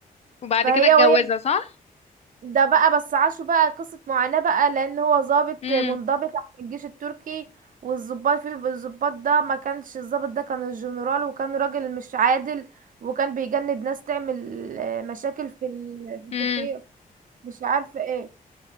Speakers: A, on the left (about 45°); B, on the right (about 65°).
A: وبعد
B: فهي
A: كده اتجوزها
B: وهي
A: صح؟
B: ده بقى بس عاشوا بقى قصة معاناة بقى لأن هو ضابط
A: مم.
B: منضبط عن الجيش التركي والضباط في الضباط ده ما كانش الضابط ده كان الجنرال وكان راجل مش عادل وكان بيجند ناس تعمل آه، مشاكل في ال- في
A: مم.
B: تركيا مش عارفة ايه